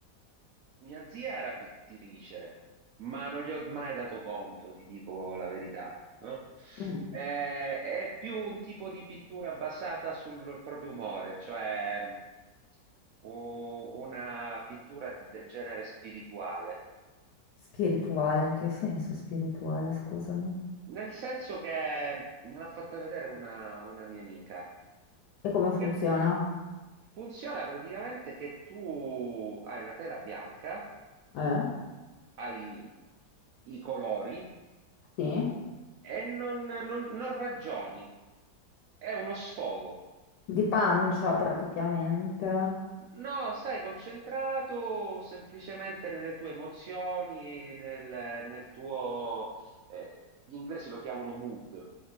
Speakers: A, on the right (about 80°); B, on the left (about 75°).
A: mia zia era pittrice, ma non gli ho mai dato conto, ti dico la verità, no?
B: Mm,
A: Eh, è più un tipo di pittura basata sul proprio umore, cioè mh, u- una pittura di- del genere spirituale.
B: Spirituale, in che senso spirituale, scusami.
A: Nel senso che me l'ha fatta vedere una, una mia amica
B: E come funziona?
A: Che funziona praticamente che tu hai la tela bianca,
B: Eh?
A: hai i colori
B: Sì?
A: e non, non- non ragioni, è uno sfogo.
B: Di pancia praticamente.
A: No, stai concentrato semplicemente nelle tue emozioni, nel, nel tuo... eh, gli inglesi lo chiamano mood.